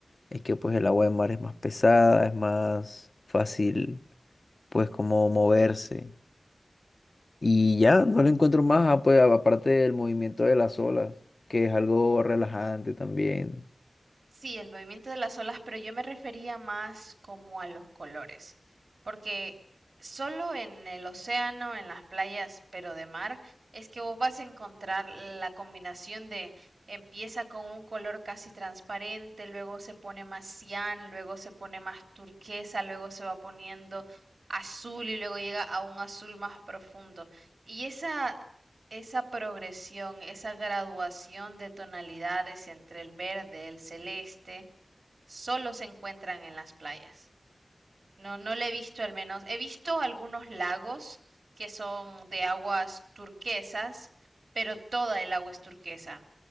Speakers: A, on the left; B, on the right.
A: es que pues el agua de mar es más pesada, es más fácil pues como moverse. Y ya, no le encuentro más, ah, pues aparte del movimiento de las olas, que es algo relajante también.
B: Sí, el movimiento de las olas, pero yo me refería más como a los colores, porque solo en el océano, en las playas, pero de mar, es que vos vas a encontrar la combinación de empieza con un color casi transparente, luego se pone más cian, luego se pone más turquesa, luego se va poniendo azul y luego llega a un azul más profundo. Y esa esa progresión, esa graduación de tonalidades entre el verde, el celeste, solo se encuentran en las playas. No, no le he visto al menos. He visto algunos lagos que son de aguas turquesas, pero toda el agua es turquesa